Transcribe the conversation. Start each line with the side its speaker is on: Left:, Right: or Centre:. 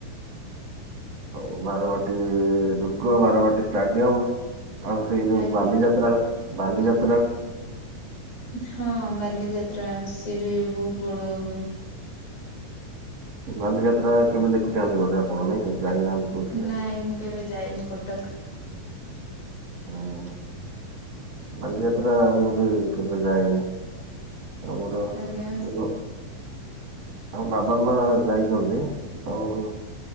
Right: ଆଉ ବାରବାଟୀ ଇ-ଇ ଦୁର୍ଗ ବାରବାଟୀ ଷ୍ଟାଡିୟମ ଆଉ ସେଇ ଯୋଉ
Left: ଆଜ୍ଞା।
Right: ବାଲିଯାତ୍ରା ବାଲିଯା
Left: ହଁ ବାଲିଯାତ୍ରା ସିଏ ବି ବହୁତ ବଡ ହୁଏ।
Right: ବାଲିଯାତ୍ରା କେବେ ଦେଖିନାନ୍ତି ବୋଧେ ଆପଣ ନାଇଁ କି? ଯାଇନାହାନ୍ତି କହୁଥିଲେ
Left: ନାଇଁ ମୁଁ କେବେ ଯାଇନି କଟକ
Right: ହୁଁ ବାଲିଯାତ୍ରା ମୁଁ ବି କେବେ ଯାଇନି। ଆମର <unintelligible>
Left: ଆଜ୍ଞା
Right: ଆମ ବାବା ମା ଯାଇଚନ୍ତି ତମକୁ